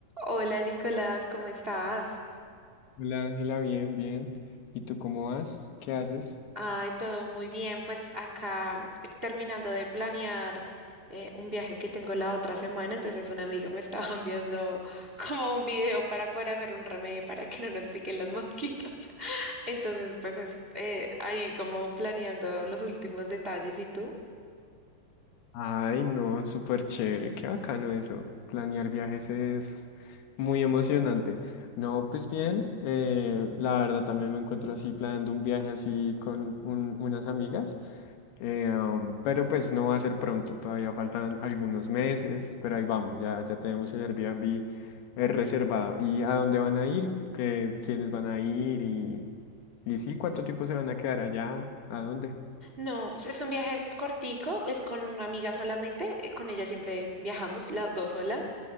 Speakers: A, on the right (about 80°); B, on the left (about 70°).
A: Hola Nicolás, ¿cómo estás?
B: Hola Ángela, bien, bien. ¿Y tú cómo vas? ¿Qué haces?
A: Ay, todo muy bien. Pues acá eh, terminando de planear eh, un viaje que tengo la otra semana, entonces un amigo me estaba <laughs> enviando como un video para poder hacer un remedio para que no nos piquen las mosquitas. <laughs> Entonces, pues es, eh, ahí como planeando los últimos detalles. ¿Y tú?
B: Ay, no, súper chévere, qué bacano eso. Planear viajes es muy emocionante. No, pues bien, eh, la verdad también me encuentro así planeando un viaje así con un- unas amigas, eh, um, pero pues no va a ser pronto, todavía faltan algunos meses, pero ahí vamos, ya, ya tenemos el Airbnb eh, reservado. ¿Y a dónde van a ir? ¿Qué, quiénes van a ir? ¿Y sí? ¿Cuánto tiempo se van a quedar allá? ¿A dónde?
A: No, pues, es un viaje cortico, es con una amiga solamente, eh, con ella siempre viajamos las dos solas.